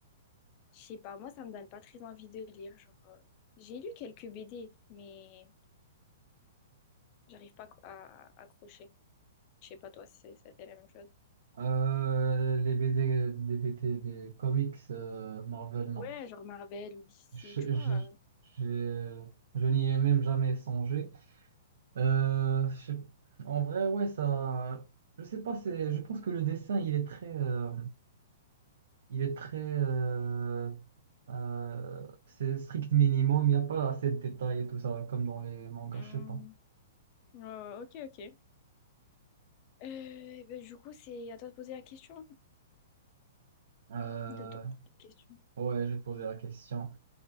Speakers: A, on the left (about 25°); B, on the right (about 65°).
A: je sais pas, moi, ça me donne pas très envie de lire. Genre, euh, j'ai lu quelques BD, mais j'arrive pas à à accrocher. Je sais pas, toi, si c'est- c'était la même chose.
B: Euh, les BD, des BD, des comics euh, Marvel, non.
A: Ouais, genre Marvel ou DC,
B: Je,
A: tu vois.
B: je, je, je n'y ai même jamais songé. Euh, je sais- En vrai, ouais, ça. Je sais pas, c'est. Je pense que le dessin, il est très. euh, Il est très. euh, euh, C'est strict minimum. Il n'y a pas assez de détails et tout ça, comme dans les mangas,
A: Hmm.
B: je sais pas.
A: Ouais, ok, ok. Euh, ben, du coup, c'est à toi de poser la question,
B: Euh,
A: de tourner la question.
B: Ouais, j'ai posé la question.